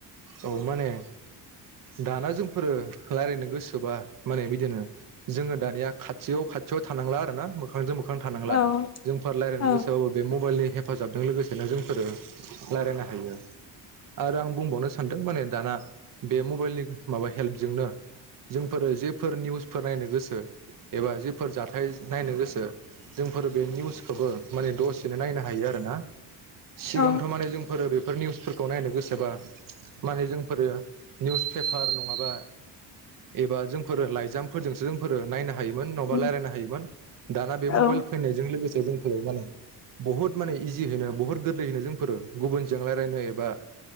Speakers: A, on the right; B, on the left.
A: औ माने दाना जोंफोरो रायज्लायनो गोसोबा माने बिदिनो जोङो दानिया खाथियाव-खाथियाव थानांला आर ना मोखांजों मो खां थानांला
B: औ
A: जोंफोर रायल्लायनो
B: औ
A: गोसोबाबो बे मबाइलनि हेफाजाबजों लोगोसेनो जोंफोरो रायज्लायनो हायो आरो आं बुंबावनो सानदों माने दाना बे मबाइलनि माबा हेल्पजोंनो जोंफोरो जेफोर निउसफोर नायनो गोसो एबा जेफोर जाथाय नायनो गोसो जोंफोरो बे निउसखौबो माने दसेनो नायनो हायो आरोना । सिगांथ
B: औ
A: माने जों फोरो बे फोर निउसफोरखौ नायनो गोसोबा माने जोंफोरो निउस पेपार नङाबा एबा जोंफोरो लाइजामफोरजोंसो जोंफोरो नायनो हा योमोन नडाबा
B: औ
A: रायलायनो हायोमोन दाना बे
B: औ
A: मबाइल फैनायजों लोगो से जोंफोरो माने बहुत माने इजिनो बुहुत गोरलैयैनो जोंफोर गुबुनजों रायजनो एबा